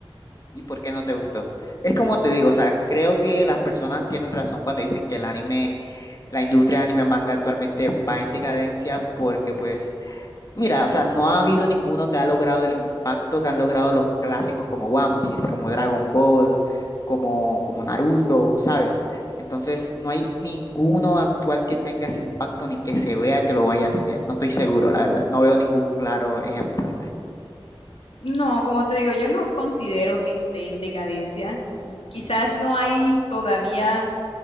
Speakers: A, on the left; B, on the left.
A: ¿Y por qué no te gustó? Es como te digo, o sea, creo que las personas tienen razón cuando dicen que el anime la industria anime manga actualmente va en decadencia porque pues, mira, o sea, no ha habido ninguno que ha logrado el impacto que han logrado los clásicos como One Piece, como Dragon Ball, como, como Naruto, ¿sabes? Entonces, no hay ninguno actual que tenga ese impacto ni que se vea que lo vaya a tener. No estoy seguro, la verdad. No veo ningún claro ejemplo.
B: No, como te digo, yo no considero que esté en decadencia. Quizás no hay todavía